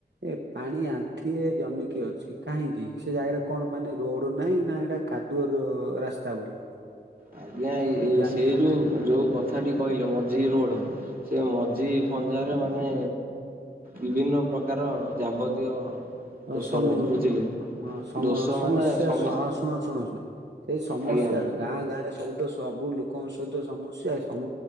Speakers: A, on the right; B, on the right.
A: ଏ ପାଣି ଆଣ୍ଠି ଏ ଜମିକି ଅଛି କାହିଁକି? ସେ ଜାଗାରେ କଣ ମାନେ ରୋଡ ନାହିଁ ନା ସେଟା କାଦୁଅର ରାସ୍ତା ବୋଲି।
B: ଆଜ୍ଞା ଏ
A: ମୁଁ
B: ଏ
A: ଜାଣିପାରୁନି।
B: ସେ ଯୋଉ ଯୋଉ କଥାଟି କହିଲେ ମଝି ରୋଡ ସେ ମଝି ଖଞ୍ଜାରେ ମାନେ ବିଭିନ୍ନ ପ୍ରକାର ଯାବତୀୟ
A: ଅ,
B: ଦୋଷ
A: ସମ
B: ରହିଛି ବୁଝିଲେ।
A: ହଁ ସମ
B: ଦୋଷ
A: ସମସ୍ୟା
B: ମାନେ ସମିସ୍ତ
A: ହଁ- ଶୁଣ -ଶୁଣ -ଏହି ସମସ୍ୟାର
B: ଆଜ୍ଞା
A: କି ଗାଁ ଗାଁ ରେ ସବୁ ତ ସବୁ ଲୋକଙ୍କ ସହିତ ସମସ୍ୟା ସମ